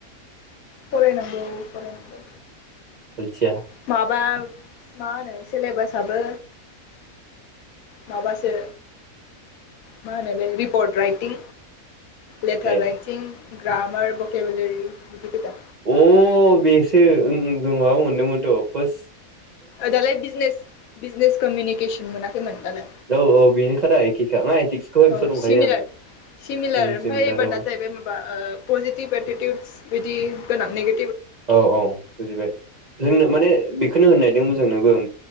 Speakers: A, on the left; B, on the right.
A: फरायनांगौ फरायनांगौ।
B: अलथिया
A: माबा मा होनो सेलेबास आबो माबासो मा होनो बे रिपर्ट राइटिं, लेटार
B: ए
A: राइटिं, ग्रामार, बकेबलेरि, बिदि गोजा।
B: अ बेसो उम उम जों माबायाव मोनदोंमोनथ' पार्स
A: दालाय बिजनेस बिजनेस कमिउनिकेसन मोनाखैमोन दालाय।
B: औ औ बेनोखादा एखेखा ना एटिक्सखौहाय
A: औ
B: गोसोआव दंखायो
A: सिमलार
B: आं
A: सिमिलार
B: उम
A: ओमफ्राय
B: सेमिनाराव
A: एबारा जाहैबाय माबा पजिटिभ एटिटिउदस बिदि गोनां नैबे
B: औ औ बुजिबाय। जोंनो माने बेखोनो होननायदोंमोन जोंनोबो ओ